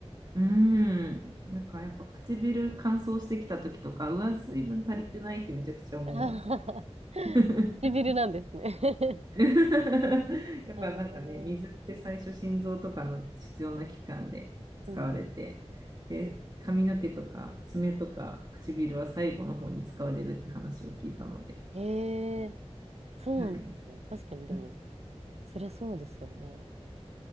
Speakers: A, on the right (about 40°); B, on the right (about 70°).
A: うん。なんかやっぱ唇乾燥してきた時とか、うわ、水分足りてないってめちゃくちゃ思います。
B: <laughs> ああ、<laughs>
A: <laughs>
B: 唇なんですね。<laughs>
A: <laughs> やっぱなんかね、
B: えー、
A: 水って最初心臓とかの必要な器官で使われて、
B: うん。
A: で、髪の毛とか爪とか唇は最後の方に使われるって話を聞いたので。
B: へえ、そうなんだ。
A: はい。
B: 確かにでも、
A: うん
B: そりゃそうですよね。